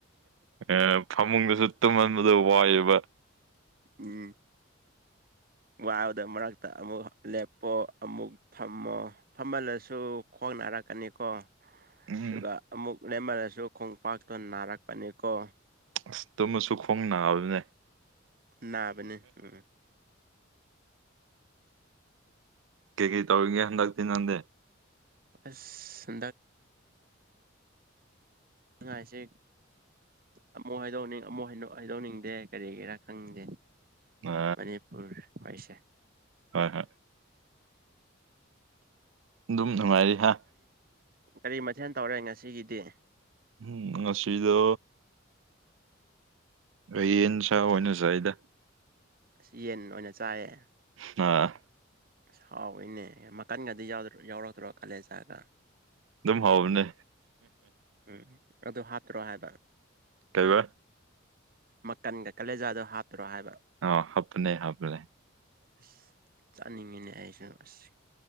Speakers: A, on the right; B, on the right.
A: ꯑꯦ ꯐꯃꯨꯡꯗꯁꯨ ꯇꯨꯝꯍꯟꯕꯗꯣ ꯋꯥꯏꯑꯦꯕ
B: ꯎꯝ ꯋꯥꯕꯗ ꯃꯔꯛꯇ ꯑꯃꯨꯛ ꯂꯦꯞꯄꯣ ꯑꯃꯨꯛ ꯐꯝꯃꯣ ꯐꯝꯍꯜꯂꯁꯨ ꯈꯣꯡ ꯅꯥꯔꯛꯀꯅꯤꯀꯣ
A: ꯎꯝ
B: ꯑꯗꯨꯒ ꯑꯃꯨꯛ ꯂꯦꯝꯃꯔꯁꯨ ꯈꯣꯡꯄꯥꯛꯇꯣ ꯅꯥꯔꯛꯄꯅꯤꯀꯣ
A: ꯑꯁ ꯇꯃꯁꯨ ꯈꯣꯡ ꯅꯥꯕꯅꯦ
B: ꯅꯥꯕꯅꯤ ꯎꯝ
A: ꯀꯦ ꯀꯩ ꯇꯧꯒꯌꯥꯅ ꯂꯥꯛꯇ ꯅꯥꯟꯗꯦ
B: ꯑꯁ
A: <inaudible>
B: ꯑꯁꯦ ꯑꯃꯨꯛ ꯍꯥꯏꯗꯣꯛꯅꯤꯡ ꯑꯃꯨꯛ ꯍꯥꯏꯗꯣꯛꯅꯤꯡꯗꯦ ꯀꯔꯤꯒꯤꯔꯥ ꯈꯪꯅꯤꯡꯗꯦ
A: ꯑ
B: ꯃꯅꯤꯄꯨꯔ ꯍꯥꯏꯁꯦ
A: ꯍꯣꯏ ꯍꯣꯏ ꯑꯗꯨꯝ ꯅꯨꯡꯉꯥꯏꯔꯤ ꯍꯥ
B: ꯒꯥꯔꯤ ꯃꯊꯦꯜ ꯇꯧꯔꯦ ꯉꯁꯤꯒꯤꯗꯤ
A: ꯎꯝ ꯉꯁꯤꯗ ꯑꯩꯟꯁꯥ ꯑꯣꯏꯅꯁ ꯑꯩꯗ
B: ꯑꯁ ꯌꯦꯟ ꯑꯣꯏꯅ ꯆꯥꯏꯌꯦ
A: ꯑ
B: ꯑꯁ ꯍꯥꯎꯋꯏꯅꯦ ꯃꯈꯟꯒꯗꯤ ꯌꯥꯎꯔꯛꯇ꯭ꯔꯣ ꯀꯥꯂꯦꯖꯥꯒ
A: ꯍꯅ
B: ꯎꯝ ꯑꯗꯨ ꯍꯥꯞꯇ꯭ꯔꯣ ꯍꯥꯏꯕ
A: ꯇꯩꯕ
B: ꯃꯈꯀꯟꯒ ꯀꯥꯂꯦꯖꯥꯗꯣ ꯍꯥꯞꯇꯔꯣ ꯍꯥꯏꯕ
A: ꯑ ꯍꯥꯞꯅꯦ ꯍꯥꯞꯅꯦ
B: ꯑꯁ ꯆꯥꯅꯤꯡꯉꯤꯅꯦ ꯑꯩꯁꯨ ꯑꯁ